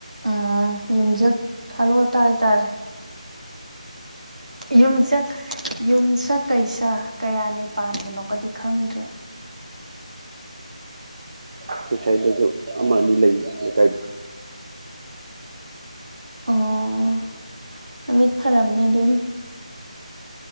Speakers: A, on the right; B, on the right.
A: ꯎꯝ ꯌꯨꯝꯁ ꯈꯜꯂꯛꯑ ꯇ ꯍꯥꯏꯇꯥꯔꯦ ꯌꯨꯝꯆ ꯌꯨꯝꯆ ꯀꯩꯁꯥ ꯀꯌꯥꯅꯤ ꯄꯥꯟꯕꯅꯣꯀꯗꯤ ꯈꯪꯗ꯭ꯔꯦ
B: ꯑꯩꯈꯣꯏ ꯁ꯭ꯥꯏꯗꯁꯨ ꯑꯃ ꯑꯅꯤ ꯂꯩ ꯂꯩꯀꯥꯏꯗ
A: ꯑꯣ ꯅꯨꯃꯤꯠ ꯐꯔꯝꯅꯤ ꯑꯗꯨ